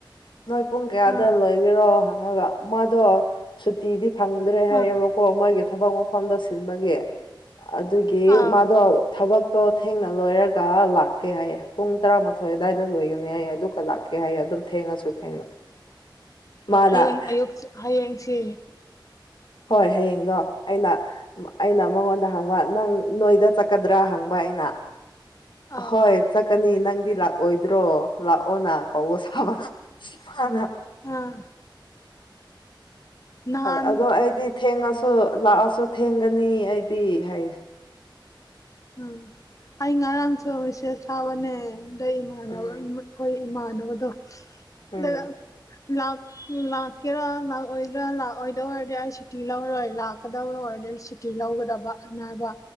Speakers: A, on the left; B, on the left.
A: ꯅꯣꯏ ꯄꯨꯡ ꯀꯌꯥꯗ
B: ꯑꯥ
A: ꯂꯣꯏꯒꯦꯔꯣ ꯍꯪꯉꯒ ꯃꯥꯗꯣ ꯁꯨꯇꯤꯗꯤ ꯐꯪꯗ꯭ꯔꯦ ꯍꯥꯏꯌꯦꯕ
B: ꯑꯥ
A: ꯍꯣ ꯃꯣꯏꯒꯤ ꯊꯕꯛ ꯃꯐꯝꯗ ꯁꯤꯟꯕꯒꯤ ꯑꯗꯨꯒꯤ
B: ꯑꯥ
A: ꯃꯥꯗꯣ ꯊꯕꯛꯇꯣ ꯊꯦꯡꯅ ꯂꯣꯏꯔꯒ ꯂꯥꯛꯀꯦ ꯍꯥꯏꯌꯦꯦ ꯄꯨꯡ ꯇꯔꯥꯃꯥꯊꯣꯏ ꯑꯋꯥꯏꯗ ꯂꯣꯏꯒꯅꯤ ꯍꯥꯏꯌꯦ ꯑꯗꯨꯒ ꯂꯥꯛꯀꯦ ꯀꯩ ꯍꯥꯏꯒꯦ ꯑꯗꯨꯝ ꯊꯦꯡꯉꯁꯨ ꯊꯦꯡꯅ ꯃꯥꯅ
B: ꯍꯌꯦꯡ ꯑꯌꯨꯛ ꯍꯌꯦꯡꯁꯤ
A: ꯍꯣꯏ ꯍꯌꯦꯡꯗꯣ ꯑꯩꯅ ꯑꯩꯅ ꯃꯉꯣꯟꯗ ꯍꯪꯕ ꯅꯪ ꯅꯣꯏꯗꯥ ꯆꯠꯀꯗ꯭ꯔꯥ ꯍꯪꯕ ꯑꯩꯅꯥ
B: ꯑꯥ
A: ꯍꯣꯏ ꯆꯠꯀꯅꯤ ꯅꯪꯗꯤ ꯂꯥꯛꯑꯣꯏꯗ꯭ꯔꯣ ꯂꯥꯛꯑꯣꯅ ꯀꯧꯕ ꯁꯥꯕꯅ
B: ꯑꯥ ꯅꯍꯥꯟ
A: ꯑꯣ ꯊꯦꯡꯉꯁꯨ ꯂꯥꯛꯑꯁꯨ ꯊꯦꯡꯒꯅꯤ ꯑꯩꯗꯤ ꯍꯥꯏꯌꯦ
B: ꯎꯝ ꯑꯩ ꯉꯔꯥꯡꯁꯨ ꯃꯤꯁꯦꯁ ꯊꯥꯕꯅꯦ ꯑꯗ ꯏꯃꯥꯟꯅꯕ
A: ꯎꯝ
B: ꯑꯩꯈꯣꯏ ꯏꯃꯥꯟꯅꯕꯗꯣ
A: ꯎꯝ
B: ꯗ ꯂꯥꯛ ꯂꯥꯛ ꯀꯦꯔꯥ ꯂꯥꯛꯑꯣꯏꯗ꯭ꯔꯥ ꯂꯥꯛꯑꯣꯏꯗꯧ ꯑꯣꯏꯔꯗꯤ ꯑꯩ ꯁꯨꯇꯤ ꯂꯧꯔꯣꯏ ꯂꯥꯛꯀꯗꯧ ꯑꯣꯏꯔꯗꯤ <unintelligible> ꯂꯧꯒꯗꯕ ꯑꯅꯥꯕ